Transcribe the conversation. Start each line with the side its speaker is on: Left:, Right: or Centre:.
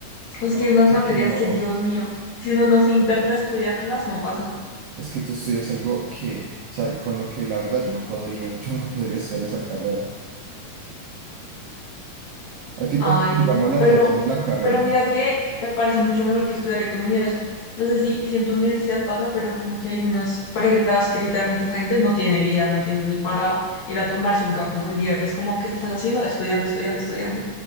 Left: Es
Right: No,
Left: que hay unas materias
Right: sé que no.
Left: que, Dios mío, si uno no se interna a estudiarlas, no pasa
Right: Es que tú estudias algo que, o sea, con lo que la verdad yo no podría, yo no podría hacer esa carrera. ¿A ti por
Left: Ay,
Right: qué te llamó la
Left: pero,
Right: atención la carrera?
Left: pero mira que me parece mucho mejor que estudiar economía eso. No sé si, si en tu universidad pasa, pero como que hay unos pregrados que literalmente esa gente no tiene vida, no tiene ni para ir a tomarse un café un día. Es como, ¿qué estás haciendo? Estudiando, estudiando, estudiando.